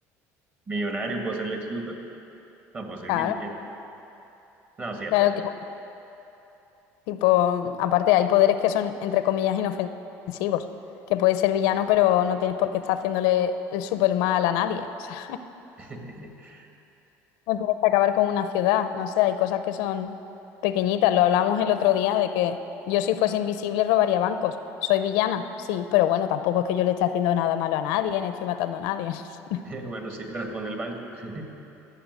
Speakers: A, on the right; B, on the left.
A: millonario, puedo ser Lex Luthor. No, puedo ser
B: Claro,
A: quien quiera. No, sí, acepto.
B: claro, que sí. Tipo, aparte hay poderes que son, entre comillas, inofensivos, que puedes ser villano, pero no tienes por qué estar haciéndole el super mal a nadie. O sea,
A: <laughs>
B: <laughs> no tienes que acabar con una ciudad, no sé, hay cosas que son pequeñitas. Lo hablamos el otro día de que yo si fuese invisible robaría bancos. Soy villana, sí, pero bueno, tampoco es que yo le esté haciendo nada malo a nadie, ni estoy matando a nadie. <laughs>
A: Bueno, sí, responde el banco. <laughs>